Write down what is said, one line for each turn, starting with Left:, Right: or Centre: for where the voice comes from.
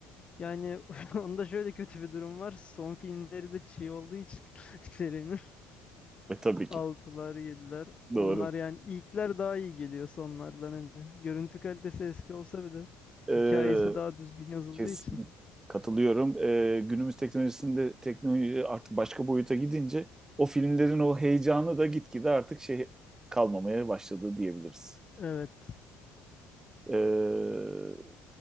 Left: Yani <laughs> onda şöyle kötü bir durum var. Son filmleri de çiğ olduğu için <laughs> serinin
Right: E tabii ki.
Left: altılar yediler. onlar
Right: Doğru.
Left: yani ilkler daha iyi geliyor sonlardan hani. Görüntü kalitesi eski olsa bile
Right: Ee,
Left: hikayesi daha düzgün yazıldığı
Right: kesinlikle.
Left: için.
Right: Katılıyorum. Ee, günümüz teknolojisinde teknoloji artık başka boyuta gidince o filmlerin o heyecanı da gitgide artık şey kalmamaya başladı diyebiliriz.
Left: Evet.
Right: Ee,